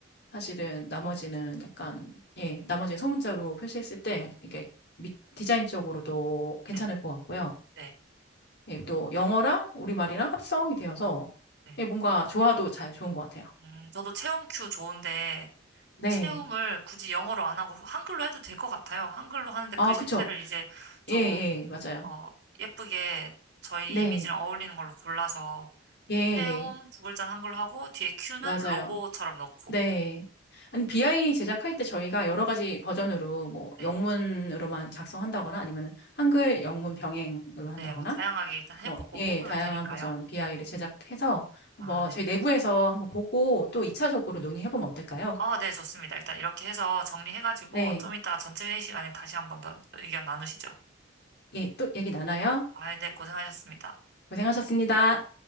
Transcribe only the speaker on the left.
사실은 나머지는 약간, 예, 나머지는 소문자로 표시했을 때 이게 미- 디자인적으로도 괜찮을
것 같고요.
예, 또 영어랑 우리말이랑 합성이 되어서
예, 뭔가 조화도 잘 좋은 것 같아요.
네.
아,
그쵸.
예, 예, 맞아요.
네.
예, 예,
맞아요.
네. 아니, BI 제작할 때 저희가 여러 가지 버전으로 뭐
영문으로만 작성한다거나 아니면은 한글 영문 병행으로 한다거나
뭐, 예,
다양한
버전 BI를 제작해서 한번
저희
내부에서 한번 보고 또 2차적으로 논의해보면 어떨까요?
네.
예, 또 얘기 나눠요.
고생하셨습니다.